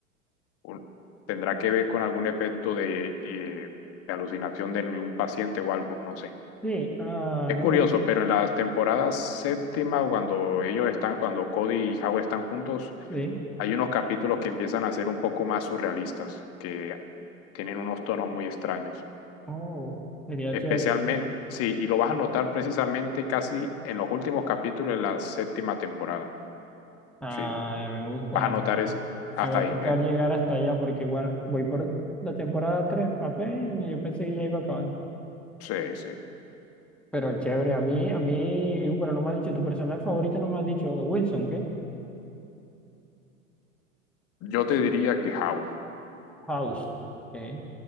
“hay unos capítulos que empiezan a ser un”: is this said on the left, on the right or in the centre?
Left